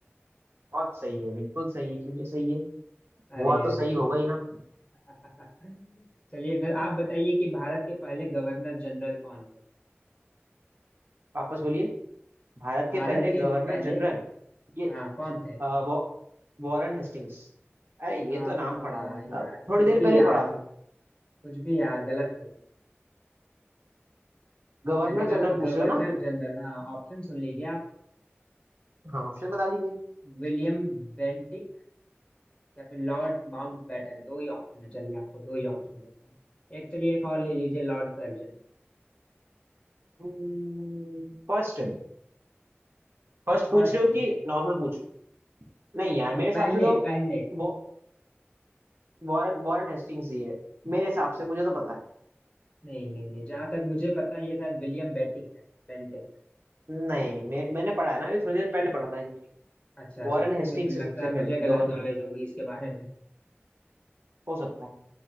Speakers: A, on the right (about 60°); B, on the left (about 25°).
A: बहुत सही है बिल्कुल सही है क्यों नहीं सही है हुआ
B: अरे
A: तो
B: अरे
A: सही होगा ही ना
B: अरे <laughs> चलिए फिर आप बताइए कि भारत के पहले गवर्नर जनरल कौन थे
A: वापस बोलिए भारत
B: भारत
A: के पहले
B: के
A: गवर्नर
B: पहले
A: जनरल ये
B: हाँ कौन थे
A: अ, वो वॉरेन हेस्टिंग्स अरे ये
B: आ,
A: तो नाम पड़ा हुआ है
B: यार
A: अब थोड़ी
B: कुछ
A: देर
B: भी
A: पहले
B: यार
A: ही पढ़ा था
B: कुछ भी यार गलत है
A: गवर्नर
B: मैंने कहा
A: जनरल पूछ
B: गवर्नर
A: रहे हो ना
B: जनरल हाँ ऑप्शन सुन लीजिए आप
A: हाँ ऑप्शन बता दीजिए
B: विलियम बेंटिक या फिर लॉर्ड माउंटबेटन दो ही ऑप्शन है चलिए आपको दो ही ऑप्शन देता हूँ एक चलिए एक और ले लीजिए लॉर्ड कर्जन
A: हम्म, फर्स्ट फर्स्ट पूछ
B: फर्स्ट
A: रहे हो कि नॉर्मल पूछ नहीं यार मेरे हिसाब
B: पहले
A: से तो
B: पहले
A: वो वॉरेन वॉरेन हेस्टिंग्स ही है मेरे हिसाब से मुझे तो पता है
B: नहीं नहीं नहीं जहां तक मुझे पता है ये शायद विलियम बेंटिक है बेंटिक
A: नहीं मैं मैंने पढ़ा है ना अभी थोड़ी देर पहले पढ़ा था क्योंकि
B: अच्छा अच्छा
A: वॉरेन
B: ठीक
A: हेस्टिंग्स
B: है फिर
A: से
B: लगता
A: सबसे
B: है
A: पहले
B: मुझे
A: गवर्नर
B: गलत नॉलेज
A: जनरल
B: होगी इसके बारे में
A: हो सकता है